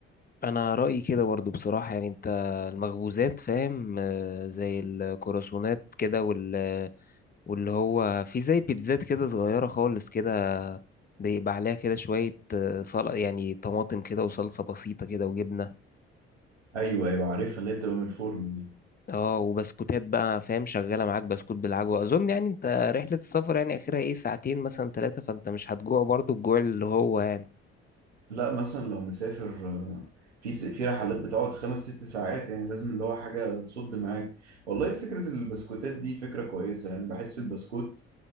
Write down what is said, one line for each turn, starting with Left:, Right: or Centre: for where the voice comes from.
Left: انا رأيي كده برضو بصراحة يعني انت المخبوزات فاهم آه، زي الكرواسونات كده وال واللي هو في زي بيتزات كده صغيرة خالص كده بيبقى عليها كده شوية آه، صل يعني طماطم كده وصلصة بسيطة كده وجبنة
Right: ايوه ايوه عارفها اللي هي بتبقى من الفرن دي
Left: اه وبسكوتات بقى فاهم شغاله معاك بسكوت بالعجوه اظن يعني انت رحله السفر يعني اخرها ايه ساعتين مثلا ثلاثه فانت مش هتجوع برضو الجوع اللي هو يعني
Right: لا مثلا لو مسافر آه، في س- في رحلات بتقعد خمس ست ساعات يعني لازم اللي هو حاجة تصد معاك والله فكرة البسكوتات دي فكرة كويسة يعني بحس البسكوت